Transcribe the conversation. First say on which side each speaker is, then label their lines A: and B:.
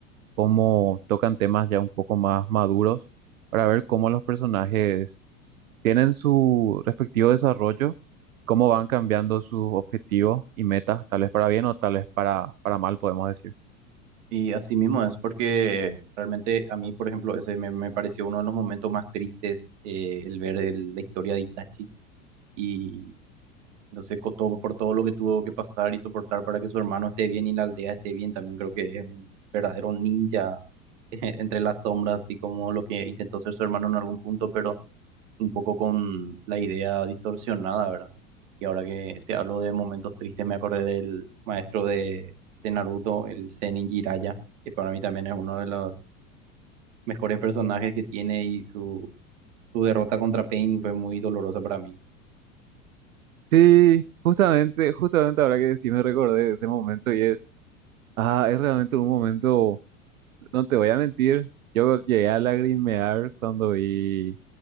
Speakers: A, on the right (about 75°); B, on the right (about 55°).
A: Cómo tocan temas ya un poco más maduros para ver cómo los personajes tienen su respectivo desarrollo, cómo van cambiando sus objetivos y metas, tal vez para bien o tal vez para, para mal, podemos decir.
B: Y así mismo es porque realmente a mí, por ejemplo, ese me, me pareció uno de los momentos más tristes, eh, el ver el- la historia de Itachi. Y Entonces, co- todo, por todo lo que tuvo que pasar y soportar para que su hermano esté bien y la aldea esté bien, también creo que es un verdadero ninja <laughs> entre las sombras, así como lo que intentó ser su hermano en algún punto, pero un poco con la idea distorsionada, ¿verdad? Y ahora que te hablo de momentos tristes, me acordé del maestro de, de Naruto, el Zenin Jiraiya, que para mí también es uno de los mejores personajes que tiene y su, su derrota contra Pain fue muy dolorosa para mí.
A: Sí, justamente, justamente ahora que sí me recordé de ese momento y es, ah, es realmente un momento No te voy a mentir, yo llegué a lagrimear cuando vi